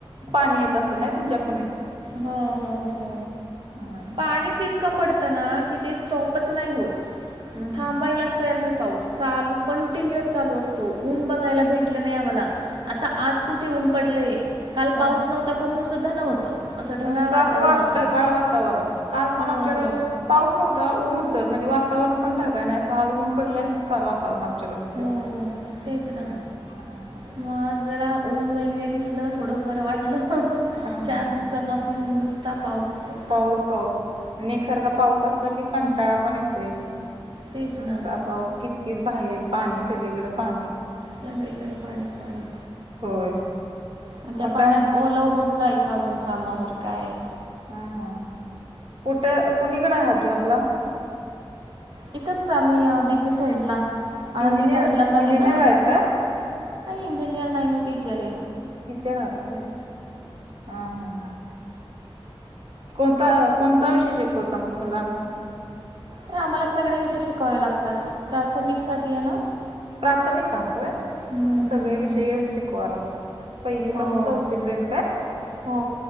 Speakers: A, on the right (about 75°); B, on the right (about 55°).
A: पाणी येत असेल ना तुमच्या पुण्यात
B: हो हो हो
A: हम्म
B: पाणीच इं इतकं पडतं ना कि ते स्टॉपच नाही होत
A: हम्म हम्म.
B: थांबायलाच तयार नाही पाऊस चालू कंटिन्युअस चालू असतो ऊन बघायला भेटलं नाही आम्हाला. आता आज कुठे ऊन पडलेय काल
A: हम्म
B: पाऊस नव्हता पण ऊन सुद्धा नव्हतं. असं ढगाळ
A: नुसतं
B: वातावरण
A: असं वा
B: होतं
A: ढगाळ वातावरण काल
B: हो
A: पण आमच्याकडं
B: हो
A: पाऊस नव्हता ऊन होतं म्हणजे वातावरण पण ढगाय नाही असं आज ऊन पडलंय असंच कार वातावरण आमच्याकड होत
B: हो
A: इकड
B: हो
A: हम्म.
B: तेच ना
A: हम्म.
B: मग जरा ऊन वगैरे दिसलं थोडं बरं वाटलं.
A: हा हा
B: चार
A: हा
B: दिवसापासून नुसता पाऊस नुस
A: पाऊस पाऊस एकसारखा पाऊस असला की कंटाळा पण येतोय.
B: तेच
A: नुसता
B: ना
A: पाऊस किचकीच बाहेर पाणी सगळीकडे पाणी.
B: सगळीकडे पाणीच पाणी
A: होय.
B: आणि त्या
A: मग
B: पाण्यात
A: काय म्हण
B: ओल होत जायचं अजून कामावर काय.
A: हम्म हम्म, कुठ कुणीकड आहात जॉबला.
B: इथंच आम्ही दिघी साईडला आळंदी
A: इंजिनियर
B: साईडलाच आहे
A: इंजिनियर
B: ना.
A: आहेत का
B: नाही इंजिनीयर नाही मी टीचर आहे.
A: टीचर आहात होय हम्म हम्म. कोणता कोणता विषय शिकवता मग मुलांना?
B: तर आम्हाला सगळे विषय शिकावे लागतात प्राथमिक साठी आहे ना.
A: प्राथमिक आहात होय
B: हम्म,
A: मग सगळे
B: हम्म, हम्म.
A: विषय शिकवाय लागतात. पहिली
B: हो
A: पाासून चौती पर्यंत काय?
B: हो.